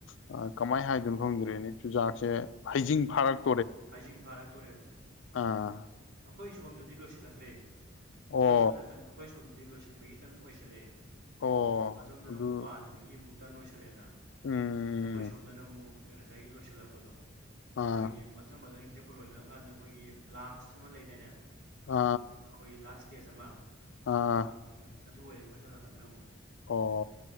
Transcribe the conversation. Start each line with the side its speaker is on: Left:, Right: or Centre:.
Left: ꯑ ꯀꯃꯥꯏ ꯍꯥꯏꯗꯣꯏꯅꯣ ꯈꯪꯗ꯭ꯔꯦꯅꯦ ꯆꯨꯖꯥꯛꯁꯦ ꯍꯩꯖꯤꯡ ꯐꯥꯔꯛ
Right: ꯍꯩꯖꯤꯡ ꯐꯥꯔꯛꯇꯣꯔꯦꯕ ꯑꯣ
Left: ꯑꯥ
Right: ꯑꯩꯈꯣꯏ ꯁꯣꯝꯗꯗꯤ ꯂꯣꯏꯁꯤꯜꯂꯛꯈ꯭ꯔꯦ ꯑꯩꯈꯣꯏ
Left: ꯑꯣ
Right: ꯁꯣꯝ ꯅꯥꯀꯟꯗ ꯑꯩꯈꯣꯏ ꯁꯣꯝꯗꯗꯤ ꯂꯣꯏꯁꯟꯕꯒꯤ ꯇꯔꯟ ꯑꯣꯏꯁꯜꯂꯛꯑꯦ
Left: ꯑꯣ
Right: ꯑꯗꯣꯝꯗꯅ
Left: ꯑꯗꯨ
Right: ꯑꯃꯨꯛ ꯄꯥꯟꯕꯒꯤ ꯒꯤ ꯑꯃꯨꯛ ꯇꯟ ꯂꫭꯏꯁꯜꯂꯦꯅ
Left: ꯎꯝ ꯎꯝ
Right: ꯑꯈꯣꯏ
Left: ꯎꯝ
Right: ꯁꯣꯝꯗꯅ ꯑꯃꯨꯛ <unintelligible> ꯉꯁꯥꯏꯒꯤ ꯂꯣꯏꯁꯜꯂꯛꯄꯗꯣ
Left: ꯑꯥ
Right: ꯑꯩꯈꯣꯏꯒꯤ ꯃꯊꯪ ꯃꯊꯪ ꯍꯦꯞꯄ ꯂꯣꯏꯅꯔꯀꯥꯟꯗ ꯑꯩꯈꯣꯏꯒꯤ ꯂꯥꯁ ꯑꯃ ꯂꯩꯗꯥꯏꯅꯦ ꯑꯩꯈꯣꯏꯒꯤ
Left: ꯑꯥ ꯑꯥ
Right: ꯂꯥꯁ ꯏꯁꯇꯦꯖ ꯑꯃ
Left: ꯑꯥ
Right: ꯎꯝ ꯑꯗꯨ ꯑꯣꯏꯔꯦ ꯑꯩꯈꯣꯏ ꯁꯣꯝꯅꯥꯀꯟꯗꯅ ꯑꯃꯨꯛ
Left: ꯑꯣ